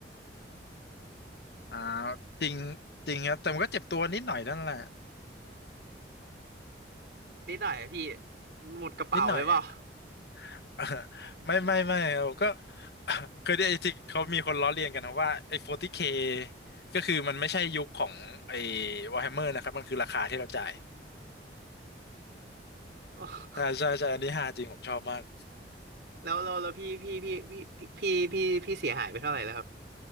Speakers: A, on the left (about 65°); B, on the right (about 65°).
A: อ่าจริงจริงครับแต่มันก็เจ็บตัวนิดหน่อยนั่นแหละ
B: นิดหน่อยอะพี่หมดกระเป๋าเลยเปล่า
A: นิดหน่อยอะ <laughs> ไม่ไม่ไม่เราก็ <coughs> <laughs> เคยได้ไอ้ที่เขามีคนล้อเลียนกันนะว่าไอ้ 40K ก็คือมันไม่ใช่ยุคของไอ้ Warhammer นะครับมันคือราคาที่เราจ่าย
B: <laughs>
A: ใช่ใช่ใช่อันนี้ฮาจริงผมชอบมาก
B: แล้วแล้วแล้วพี่พี่พี่พี่พี่พี่พี่เสียหายไปเท่าไหร่แล้วครับ